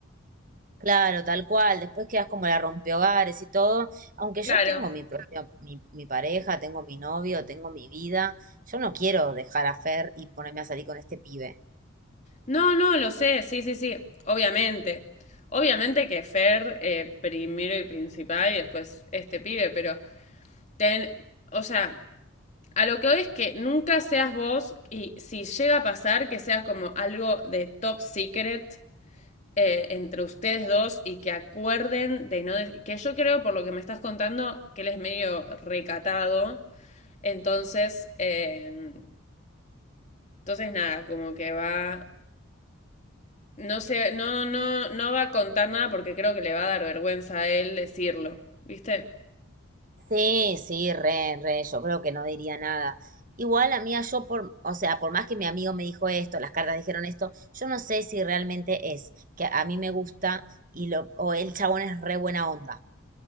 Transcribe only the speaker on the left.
Claro.
No, no, lo sé, sí, sí, sí, obviamente. Obviamente que Fer eh, primero y principal y después este pibe, pero ten, o sea, a lo que hoy es que nunca seas vos y si llega a pasar que sea como algo de top secret eh, entre ustedes dos y que acuerden de no, de- que yo creo por lo que me estás contando que él es medio recatado, entonces, eh, entonces nada, como que va No sé, no, no, no va a contar nada porque creo que le va a dar vergüenza a él decirlo, ¿viste?